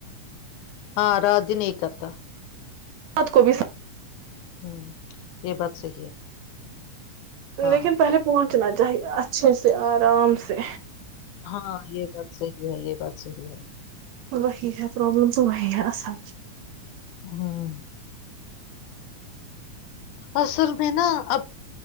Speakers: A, on the left; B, on the right.
A: ہاں رجج نہیں کرتا
B: کو بھی
A: ہوں یہ بات صحیح ہے ہاں
B: لیکن پہلے پوون <unintelligible> پچنا چاہیے اچھے سے آرام سے
A: ہاں یہ بات صحیح ہے یہ بات صحی ہے
B: بیا پررابلم تو ویا اصل
A: ہاں اصل میں نا اپ